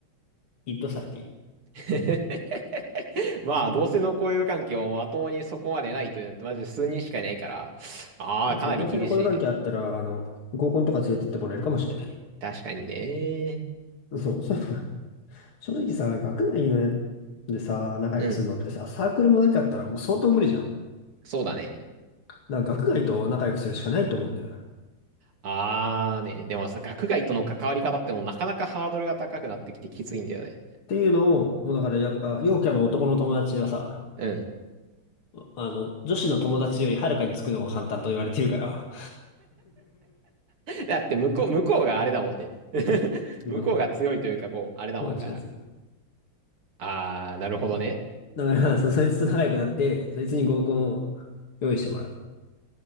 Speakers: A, on the left; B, on the right.
A: 一いとされている。
B: <laughs> まあ、
A: 本当に。
B: 同性の交友関係をまともにそこまでないというのと、まず数人しかいないから、ああ、
A: まあ、
B: かなり厳しいね。
A: あと同性の交友関係あったら、あの、合コンとか連れてってもらえるかもしれない。
B: 確かにね。
A: <laughs> そう、そういうのが、<laughs> 正直さ、学内のやでさ、仲良くするのってさ、
B: うん、
A: サークルもなかったらもう相当無理じゃん。
B: そうだね。
A: だから学外と仲良くするしかないと思うんだよ。っ
B: ああね、でもさ、学外との関わり方ってもうなかなかハードルが高くなってきてきついんだよね。
A: ていうのを、もうだからやっぱ、陽キャの男の友達はさ、
B: うん。
A: あの、女子の友達よりはるかにつくのが簡単と言われてるから。
B: だって向こう、向こうがあれだもんね。<laughs>
A: <laughs>
B: 向こうが強いというか、
A: そう、
B: こう、あれだもんから。
A: もう違う。
B: ああ、なるほどね。
A: だから、そ、そいつと仲良くなって、そいつに合コンを用意してもらう。